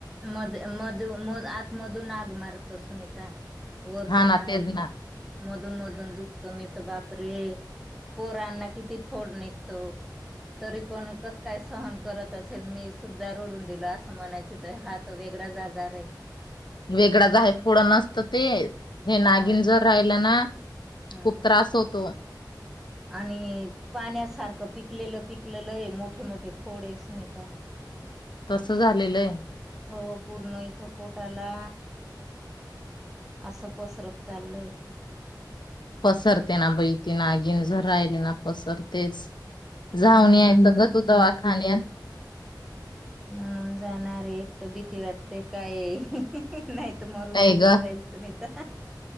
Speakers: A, in the centre; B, on the left.
A: मध मध आतमधून आग मारतो सुनीता वर्तून
B: हा ना
A: नाही
B: तेच ना
A: मधून मध दुखतो मी बाप रे पोरांना किती फोड निघतो तरी पण कस काय सहन करत असेल मी सुद्धा रोडून दिल असं म्हणायच हा त वेगळाच आजार आहे
B: वेगळाच आहे फोडं नसतं ते हे
A: हा
B: नागिन जर राहिलं ना
A: ह
B: खूप त्रास होतो
A: आणि पाण्यासारखं पिकलेलं पिकलेलं आहे मोठे मोठे फोड सुून यता
B: तस झालेलं आहे
A: हो पूर्ण इथं पोट आला असं पसरत चालल आहे ते
B: पसर ते ना बैती नागीन झ राहिले ना पसरतेच जाऊन
A: हा ना
B: या
A: म्हणून
B: बघत होत वाखाान
A: म्हण <unintelligible> जाणार एक त भीती वाटते काय नाही त मरून
B: नाही
A: बिरून
B: ग
A: जाईल सुनीता